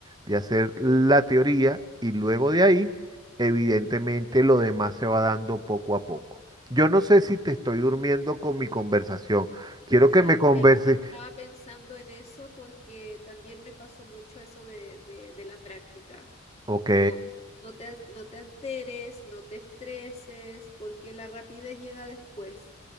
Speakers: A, on the right; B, on the left.
A: de hacer la teoría y luego de ahí, evidentemente lo demás se va dando poco a poco. Yo no sé si te estoy durmiendo con mi conversación. Quiero
B: No, sabes
A: que me converses.
B: que estaba pensando en eso porque también me pasó mucho eso de, de, de la práctica.
A: Ok.
B: Muy. No te, al- no te alteres, no te estreses, porque la rapidez llega después.